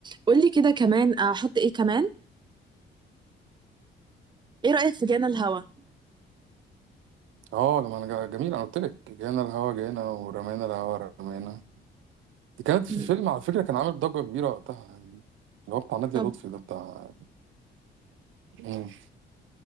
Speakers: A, on the right; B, on the right.
A: قولي كده كمان احط ايه كمان ايه رأيك في جانا الهوى
B: اه آه، ما أنا جا- جميل أنا قلت لك جانا الهوا جانا ورمانا الهوا رمانا دي كانت
A: م،
B: في فيلم على فكرة كان عامل ضجة كبيرة وقتها يعني اللي هو بتاع نادية
A: طب
B: لطفي ده بتاع مم.